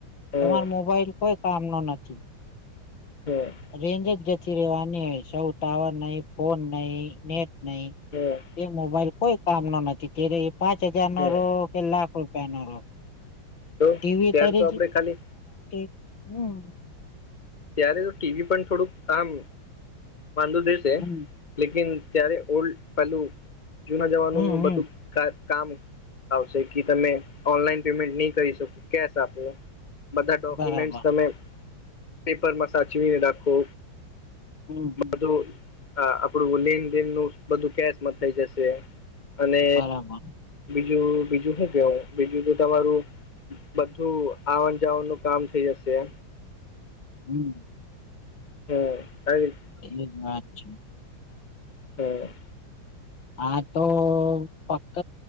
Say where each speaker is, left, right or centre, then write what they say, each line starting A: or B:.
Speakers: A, on the left (about 25°); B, on the left (about 70°).
A: હમ
B: તમાર મોબાઈલ કોઈ કામનો નથી
A: હા
B: રેન્જ જ જતી રેવાની હોય સૌ ટાવર નહી ફોન નહી નેટ નહી
A: હમ
B: એ મોબાઈલ કોઈ કામ નો નથી તે્યારે એ પાંચ હજાર નો
A: હમ
B: રહો કે લાખ રૂપિયા નો રહો
A: તો
B: ટીવી
A: ત્યારે તો આપણે ખાલી
B: <unintelligible> હમ
A: ત્યારે તો ટીવી પણ થોડુંક આામ વાંધો દેશે
B: હમ
A: લેકિન ત્યારે ઓલ્ડ પહેલું જૂના જવાનોનું
B: હમ હમ
A: બધું કામ આવશે કે તમે ઓનલાઈન પેમેન્ટ નહી કરી શકો કેશ આપો બધા ડોક્યુમેન્ટસ
B: બરાબર
A: તમે પેપરમાં સાચવીને રાખો
B: હમ હમ
A: બધું આ આપણું લેન દેન નું બધું કેશમાં થઈ જશે અને
B: બરાબર
A: બીજું બીજું હું કેવો બીજું તો તમારું બધું આવનું જાવનું કામ થઇ જશે
B: હમ
A: હ કરી
B: એનો જ વાંક છે.
A: હ
B: હા તો ફકત